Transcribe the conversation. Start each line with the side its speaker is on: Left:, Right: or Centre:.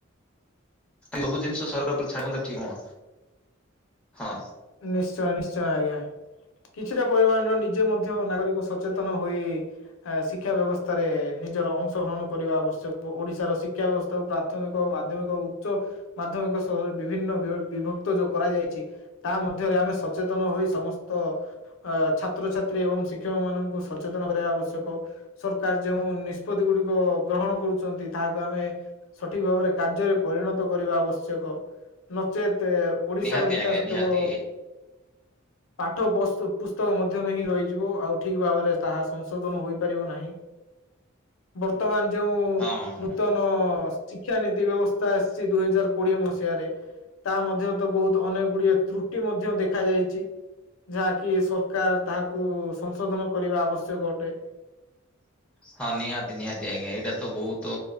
Centre: ସବୁ ଜିନିଷ ସର କ ଉପରେ ଛାଡନ୍ତା ଠିକ ହ ହଁ।
Left: ନିଶ୍ଚୟ ନିଶ୍ଚୟ ଆଜ୍ଞା। କିଛିଟା ପରିମାଣର ନିଜେ ମଧ୍ୟ ନାଗରିକ ସଚେତନ ହେଇ। ଶିକ୍ଷା ବ୍ୟବସ୍ଥାରେ ନିଜର ଅଂଶ ଗ୍ରହଣ କରିବା ଆବଶ୍ୟକ ଓଡିଶାର ଶିକ୍ଷା ବ୍ୟବସ ତାକୁ ପ୍ରାଥମିକ ଓ ମାଧ୍ୟମିକ ଉଚ୍ଚ ମାଧ୍ୟମିକ ସହରେ ବିଭିନ୍ନ ବି ବିଭକ୍ତ ଯ କରାଯାଇଛି। ତା ମଧ୍ୟରେ ଆମେ ସଚେତନ ହୋଇ ସମସ୍ତ। ଅ ଛାତ୍ରଛାତ୍ରୀ ଏବଂ ଶିକ୍ଷକ ମାନଙ୍କୁ ସଚେତନ କରିବା ଆବଶ୍ୟକ। ସରକାର ଯୋଉ ନିଷ୍ପତ୍ତି ଗୁଡିକ ଗ୍ରହଣ କରୁଛନ୍ତି ତାହାକୁ ଆମେ ସଠିକ ଭାବରେ କାର୍ଯ୍ୟରେ ପରିଣତ କରିବା ଆବଶ୍ୟକ ନଚେତ ଓଡିଶାର
Centre: ନିହାତି
Left: ବିକାଶ
Centre: ଆଜ୍ଞା
Left: କେବଳ
Centre: <inaudible>
Left: ପାଠ ପସ ପୁସ୍ତକ ମଧ୍ୟରେ ହିଁ ରହିଯିବ ଆଉ ଠିକ ଭାବରେ ତାହା ସଂଶୋଧନ ହୋଇପାରିବ ନାହିଁ‌।
Centre: <unintelligible>
Left: ବର୍ତ୍ତମାନ ଯୋଉ
Centre: ହଁ ହଁ
Left: ନୂତନ ଶିକ୍ଷାନୀତି ବ୍ୟବସ୍ଥା ଆସିଛି ଦୁଇ ହଜାର କୋଡିଏ ମସିହାରେ ତା ମଧ୍ୟରେ ତ ବହୁତ ଅନେକ ଗୁଡିଏ‌। ତ୍ରୁଟି ମଧ୍ୟ ଦେଖାଯାଇଛି। ଯାହାକି ସରକାର ତାହାକୁ ସଂଶୋଧନ କରିବା ଆବଶ୍ୟକ ଅଟେ।
Centre: ହଁ ନିହାତି ନିହାତି ଆଜ୍ଞା ଏଇଟା ତ ବହୁତ‌